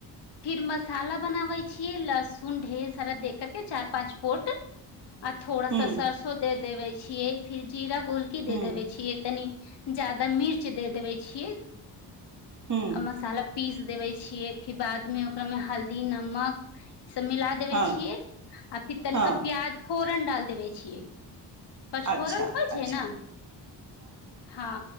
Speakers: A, on the left (about 65°); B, on the right (about 45°).
A: फिर मसाला बनाबै छियै लहसुन ढेर सारा दे करके चार पाँच पोट आ थोड़ा
B: हूँ
A: सा सरसों दे देवे छीयै फिर जीरा गोलकी
B: हूँ
A: दे देबे छीयै तनी जादा मिर्च दे देबै छियै आ
B: हूँ
A: मसाला पीस देबे छियै फेर बाद मे ओकरामे हल्दी नमक ई सब मिला देवे
B: हँ
A: छियै आ फिर तनिका
B: हँ
A: प्याज फोरन डाल देबै छियै पचफोरन
B: अच्छा
A: होइ छै
B: अच्छा
A: ने हँ